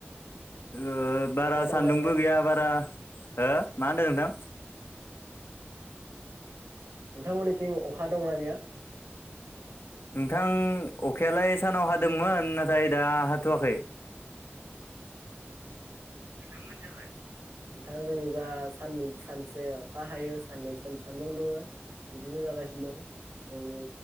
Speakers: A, on the left (about 65°); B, on the right (about 75°).
A: ओ बारा
B: अखा दंना
A: सान्दुंबो गैया बारा हो मा होनदों नोंथां
B: नोंथांमोननिथिं अखा दंना गैया
A: नोंथां अखायालाय सानाव हादोंमोन नाथाय दा हाथ'वाखै
B: अ नोंथांमोनजालाय नोंथां जोंनिजा साननै सानसे अखा हायो साननै सन सान्दुं दुङो बिदिनो जागासिनो दं जोंनि